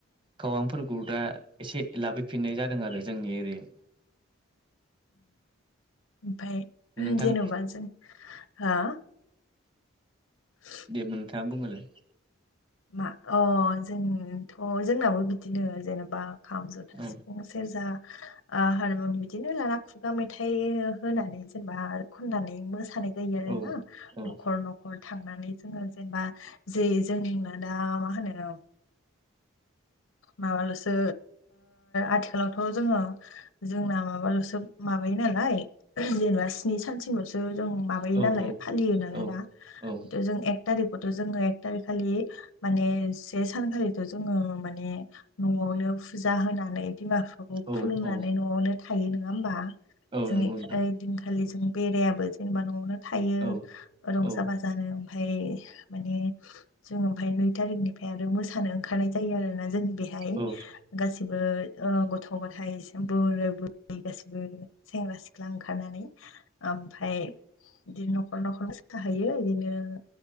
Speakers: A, on the right; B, on the left.
A: गरांफोरखौ दा एसे लाबोफिननाय जादों आरो जोंनि एरियायाव
B: ओमफाय
A: नोंथां
B: जेन'बा जों हो <inaudible>
A: दे नोंथाङा बुंगोरलाय
B: मा अ जोंथ' जोंनाबो बिदिनो जेनेबा खामजथा
A: औ
B: सिफुं सेरजा हारमुनि बिदिनो लाना खुगा मेथाइ होनानै जेनेबा खननानै मोसानाय जोना
A: औ औ
B: न'' थांनानै जोङो जेनेबा ज जों दा मा होनो माबाल'सो आथिखालावथ' जोङो जोंना माबाल'सो माबायो नालाय जेनेबा स्नि सानसेल'सो जों माब मायो
A: औ
B: नालाय फालियो नालाय
A: औ
B: दा
A: औ
B: जों एक थारिखखौथ' जोङो एक थारिख खालि माने से सानखालिथ' जोङो म म न'आवनो फुजा होनानै बिमा बिफाखौ
A: औ
B: खुलुमनानै
A: औ
B: न'आवनो थायो नङा होमबा
A: औ
B: जों
A: नंगौ नोंथां
B: ओइ दिनखालि जों बेरायाबो जेनेबा न'आवनो थायो
A: औ
B: रंजा
A: औ
B: बाजा जानो ओमफफ्राय माने जों ओमफफ्राय नै थारिखनिफ्राय आरो मोसानो ओंखारनाय जायो आरो ने जोंनि बेहाय
A: औ
B: गासिबो गथ' गथायाइ बोरै बुरै गासिबो सेंग्रा सिख्ला ओंखारनानै ओमफफ्राय बिदिनो न'खर न'खरनोोसाहैयो बिदिनो